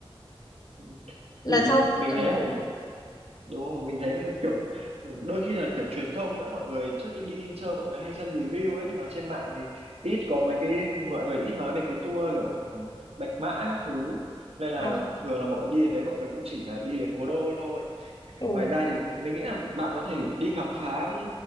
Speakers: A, on the right (about 80°); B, on the left (about 40°).
A: ừ.
B: Lần
A: Bởi vì
B: sau nhất
A: mình
B: định là
A: thấy
B: mình
A: là
B: sẽ đi.
A: đúng không mình thấy kiểu ừ, đôi khi là kiểu truyền thông nữa mọi người trước khi đi chơi mọi người hay xem review ấy mà trên mạng thì ít có mấy cái mọi người ít nói về cái tour kiểu ừ, Bạch Mã các thứ nên là
B: Ờ,
A: thường là mọi người đi đến đấy mọi người cũng chỉ là đi đến cố đô thôi
B: Ừ.
A: ngoài ra thì mình nghĩ là bạn có thể đi khám phá